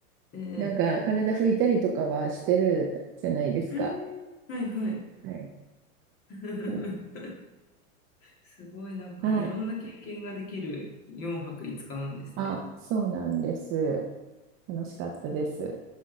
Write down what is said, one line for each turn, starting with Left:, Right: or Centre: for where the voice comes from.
Left: ええ
Right: なんか体拭いたりとかはしてるじゃないですか。
Left: うん、はいはい。
Right: はい、
Left: <laughs>
Right: うん
Left: すごいなんかいろんな経験ができる4泊5日なんですね。
Right: はい、あ、そうなんです。楽しかったです。